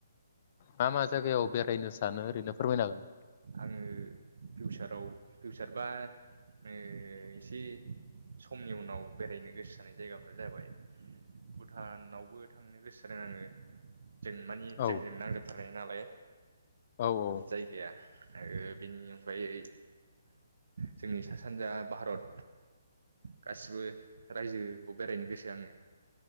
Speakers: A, on the left (about 40°); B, on the right (about 70°).
A: मा मा जायगायाव बेरायनो सानो ओरैनो फोरमायनो हागोन ना
B: आङो फिउचाराव फिउचार बा ओ एसे समनि उनाव बेरायनो गोसो जानाय जायगाफ्रा जाबाय भुटानावबो थांनो गोसो जादों आङो। जों मानि
A: औ
B: जोंजों नांजोबथारनाय नालाय
A: औ औ
B: जायगाया आरो बेनि अनगायै जोंनि सा सानजा भारत गासिबो रायजोखौ बेरायनोगोसो आङो।